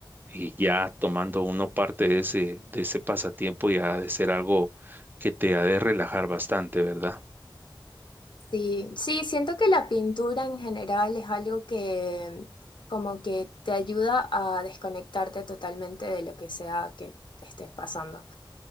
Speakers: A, on the right (about 25°); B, on the left (about 70°).
A: y ya tomando uno parte de ese, de ese pasatiempo ya ha de ser algo que te ha de relajar bastante, ¿verdad?
B: Sí, sí, siento que la pintura en general es algo que como que te ayuda a desconectarte totalmente de lo que sea que estés pasando.